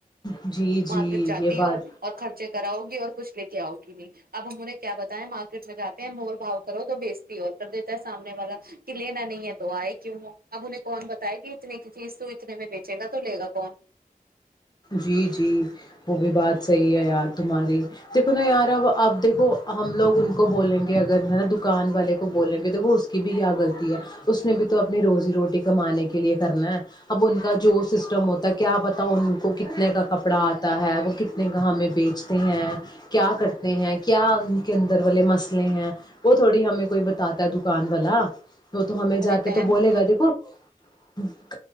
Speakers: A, on the left; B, on the right.
A: جی
B: مارکیٹ
A: جی
B: جاتی
A: یہ بات
B: ہو اور خرچے کراؤ اور کچھ لے کے آؤ گی نہیں اب ہمہوں نے کیا بتا ہے مارکیٹ میں جاتے ہیں مور بھاؤ کرو تو بیجتی اور کر دیتا ہے سامنے والا کہ لینا نہیں ہے تو آئی کیوں ہو اب انہیں کون بتا بتائے گی اتنے کی چیز تو اتنے میں بیچے گا تو لے گا کون
A: جی جی وہ بھی بات صحیح ہے یار تمہاری دیکھو نا یار اب اب دیکھو ہم لوگ ان کو بولیں گے اگر نا دکان والے کو بولیں گے دیکو اس کی بھی کیا غلطی ہے اس نے بھی تو اپنی روزی روٹی کمانے کے لیے کرنا ہے اب ان کا جو سسٹم ہوتا ہے کیا پتا ان کو کتنے کا کپڑا آتا ہے وہ کتنے کا ہمیں بیچتے ہیں کیا کرتے ہیں کیا ان کے اندر والے مسئلے ہیں وہ تھوڑی ہمیں کوئی بتاتا ہے دکان والا تو تو ہمیں
B: ارے
A: جا کے
B: بہن
A: تو بولے
B: وہ
A: گا دیکھو
B: تو
A: ہوں <inaudible>